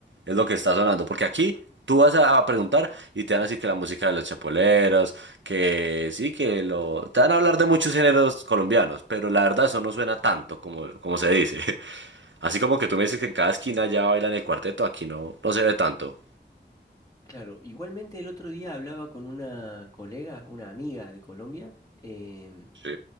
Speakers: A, on the right (about 85°); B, on the left (about 20°).
A: Es lo que está sonando, porque aquí tú vas a, a preguntar y te van a decir que la música de los chapoleros, que sí, que lo... Te van a hablar de muchos géneros colombianos, pero la verdad eso no suena tanto como, como se dice. Así como que tú me dices que en cada esquina ya bailan el cuarteto, aquí no, no se ve tanto.
B: Claro, igualmente el otro día hablaba con una colega, una amiga de Colombia, em,
A: Sí.